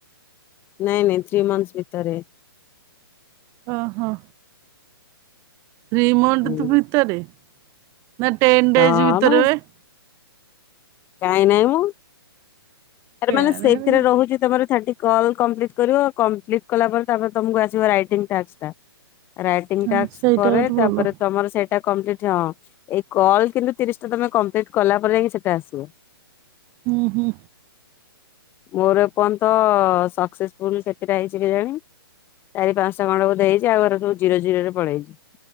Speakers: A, on the left; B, on the right.
A: ନାଇଁ ନାଇଁ ଥ୍ରୀମଁଥ୍ସ ଭିତରେ।
B: ଓହୋ ଥ୍ରୀ ମନ୍ଥ
A: ହୁଁ।
B: ଭିତରେ ନା ଟେନ୍
A: ହଁ
B: ଡେଜ୍ ଭିତରେ
A: ମାନେ
B: ବେ
A: କାଇଁ ନାଇଁ ମ ଆରେ
B: କେଆଣି
A: ମାନେ ସେଇଥିରେ
B: ହେରା ଯା
A: ରହୁଛି ତମର ଥାର୍ଟି କଲ କମ୍ଲିଟି କରିବ କମ୍ପ୍ଲିଟ କଲା ପରେ ତାପରେ ତମକୁ ଆସିବ ରାଇଟିଙ୍ଗ ଟାସ୍କ ଟା। ରାଇଟିଂ
B: ହଁ
A: ଟାକ୍ସ
B: ସେଇଟା
A: ପରେ
B: ଗୋଟେ
A: ତାପରେ
B: ଭଲ
A: ତମର ସେ ଟା କମ୍ପ୍ଲିଟ ହଁ ଏଇ କଲ୍ କିନ୍ତୁ ତିରିଶ ଟା ତମେ କମ୍ପ୍ଲିଟ୍ କଲା ପରେ ଯାଇକି ସେଟା ଆସ <unintelligible>
B: ହୁଁ ହୁଁ।
A: ମୋର ଏ ପର୍ଯ୍ୟନ୍ତ ସକ୍ସେସଫୁଲ କେଥିଟା ହେଇଛି କେଜାଣି? ଚାରି ପାଞ୍ଚଟା ଖଣ୍ଡେ ବଧେ ହେଇଛି ଆଉ ଏରା ସବୁର ଜ଼ୀରୋ ଜ଼ୀରୋ ପଳେଇଛି